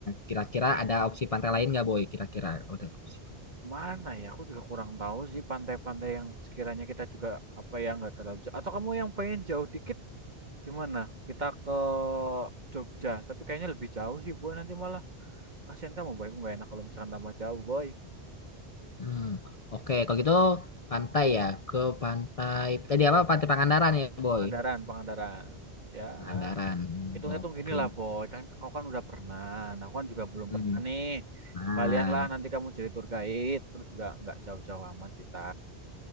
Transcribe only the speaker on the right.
Mana ya? Aku juga kurang tahu sih pantai-pantai yang sekiranya kita juga apa ya nggak terlalu jauh. Atau kamu yang pengen jauh dikit gimana? Kita ke Jogja, tapi kayaknya lebih jauh sih boy nanti malah. Kasihan kamu boy, aku nggak enak kalau misalkan tambah jauh boy.
Pangandaran, Pangandaran. Ya,
hitung-hitung
gini lah boy. Kan kau kan udah pernah, nah, aku kan juga belum
pernah nih.
Sekalian lah nanti kamu jadi tour guide, terus juga nggak jauh-jauh amat kita.